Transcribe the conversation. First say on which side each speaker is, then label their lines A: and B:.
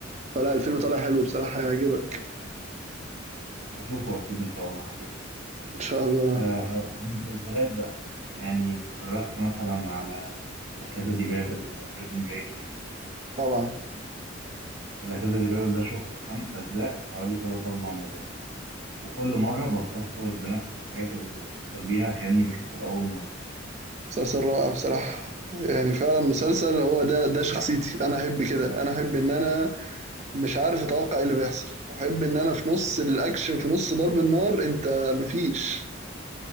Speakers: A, on the right (about 35°); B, on the right (about 75°).
A: فلا الفيلم طالع حلو بصراحة هيعجبك
B: هشوفه أكيد إن شاء الله هشوفه
A: إن شاء الله
B: آه، المسلسلات بقى يعني اتفرجت مثلا على لا كازا دي بابل بريزون بريك
A: طبعا
B: لا كازا دي بابل ده شفت الخمس أجزاء حوالي تلات أربع مرات وكل مرة بتأثر بنفس الحاجات اللي كنت بتأثر بيها كأني بشوفه لأول مرة
A: مسلسل رائع بصراحة يعني فعلا مسلسل هو ده ده شخصيتي أنا أحب كده أنا أحب إن أنا مش عارف أتوقع إيه اللي بيحصل وأحب إن أنا في نص الأكشن في نص ضرب النار أنت مفيش